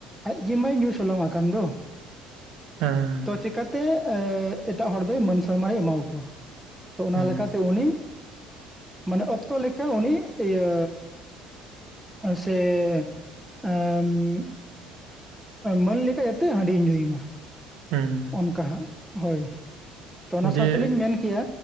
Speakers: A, in the centre; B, on the right.
A: ᱟᱡ ᱜᱮ ᱢᱟᱭ ᱧᱩ ᱥᱚᱞᱚᱝ ᱟᱠᱟᱱ ᱫᱚ <inaudible>
B: ᱦᱮᱸ
A: ᱛᱚ ᱪᱮᱠᱟᱛᱮ ᱮᱴᱟᱜ ᱦᱚᱲ ᱫᱚᱭ ᱢᱟᱹᱱ ᱥᱚᱱᱢᱟᱱᱮ ᱮᱢᱟᱣᱟᱠᱚᱣᱟ ᱛᱚ ᱚᱱᱟ
B: ᱦᱩᱸ,
A: ᱞᱮᱠᱟᱛᱮ ᱩᱱᱤ ᱢᱟᱱᱮ ᱚᱠᱛᱚ ᱞᱮᱠᱟ ᱩᱱᱤ ᱤᱭᱟᱹ ᱥᱮ <unintelligible> ᱢᱟᱹᱱ ᱞᱮᱠᱟ ᱡᱟᱛᱮ ᱦᱟᱺᱰᱤᱭ ᱧᱩᱭ ᱢᱟ
B: ᱦᱮᱸ
A: ᱚᱱᱠᱟ ᱦᱟᱸᱜ ᱦᱳᱭ ᱛᱚ ᱚᱱᱟ
B: ᱡᱮ
A: ᱥᱟᱶᱛᱮᱞᱤᱧ ᱢᱮᱱ ᱠᱮᱭᱟ